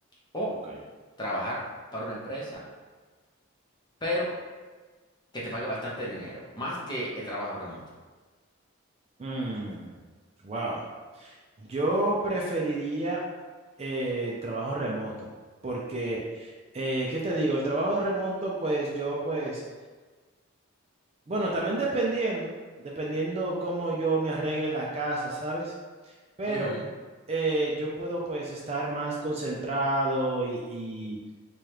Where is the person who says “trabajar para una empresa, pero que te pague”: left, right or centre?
Left